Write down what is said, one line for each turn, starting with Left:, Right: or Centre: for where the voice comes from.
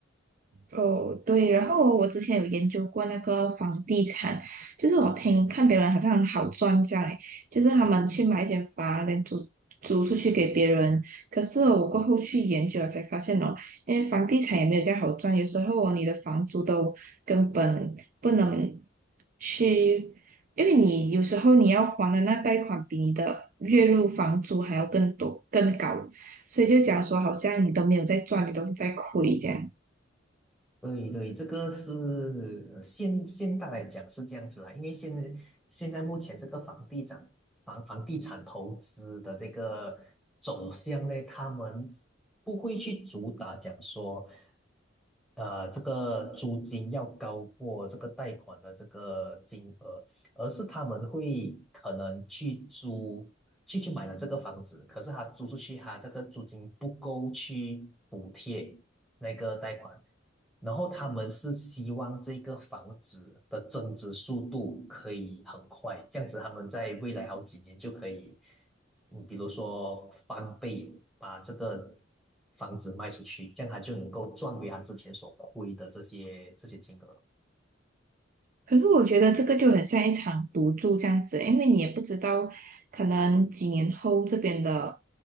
Right: 哦，对，然后我之前有研究过那个房地产，就是我听看别人好像很好赚这样，诶，就是他们去买一间房，然后租租出去给别人。可是我过后去研究了才发现哦，因为房地产也没有这样好赚，有时候哦，你的房租都根本不能去，因为你有时候你要还的那贷款比你的月入房租还要更多更高，所以就讲说好像你都没有在赚，你都是在亏这样。
Centre: 对对，这个是呃现现代来讲是这样子啦，因为现现在目前这个房地产房房地产投资的这个走向呢，他们不会去主打讲说，呃，这个租金要高过这个贷款的这个金额，而是他们会可能去租去去买了这个房子，可是他租出去，他这个租金不够去补贴那个贷款。然后他们是希望这个房子的增值速度可以很快，这样子他们在未来好几年就可以，嗯，比如说翻倍把这个房子卖出去，这样他就能够赚回他之前所亏的这些这些金额。
Right: 可是我觉得这个就很像一场赌注这样子，因为你也不知道可能几年后这边的